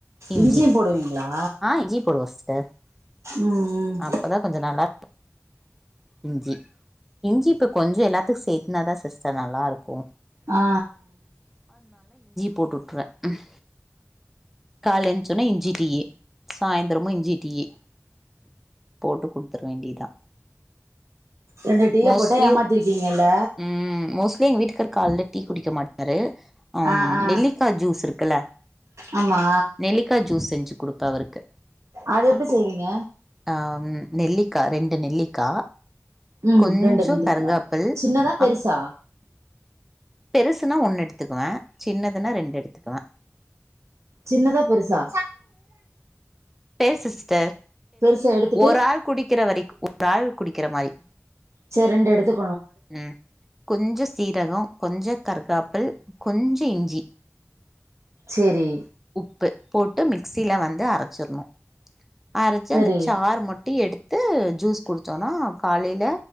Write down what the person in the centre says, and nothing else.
இஞ்சி
ஆ இஞ்சி போடுவோ சிஸ்டர்
அப்பதா கொஞ்சோ நல்லா இஞ்சி இஞ்சி இப்ப கொஞ்சோ எல்லாத்துக்கு சேத்தனாதா சிஸ்டர் நல்லாருக்கு.
போட்டுட்ருவே ம். காலென்ச்சுன்னா இஞ்சி டீயி சாயந்திரமு இஞ்சி டீயி போட்டு குடுத்தர வேண்டியதா
மோஸ்ட்லி
ம் மோஸ்ட்லி எங்க வீட்டுக்கார் கால்ல டீ குடிக்கமாட்டாரு அம்
நெல்லிக்கா ஜூஸ் இருக் க்கல
நெலிக்கா ஜூஸ் செஞ் கொடுத்தா அவருக்கு
ஆ நெல்லிக்கா ரெண்டு நெல்லிக்கா
கொஞ்சோ
கருகாப்பிள்
அப் பெருசுனா ஒன்னு எடுத்துக்குவே சின்னதுனா ரெண்டு எடுத்துக்குவே
பெருசு சிஸ்டர்
ஒரு ஆள் குடிக்கிற வரைக்கு ஒரு ஆள் குடிக்கிற மாரி
உம் கொஞ்சோ சீரகோ கொஞ்சோ கர்காப்பிள் கொஞ்சோ இஞ்சி
உப்பு போட்டு மிக்சியில வந்து அரச்சிரணு அரச்சு
அந்த சார் மட்டு எடுத்து த்து ஜூஸ் குடிச்சோனா காலேல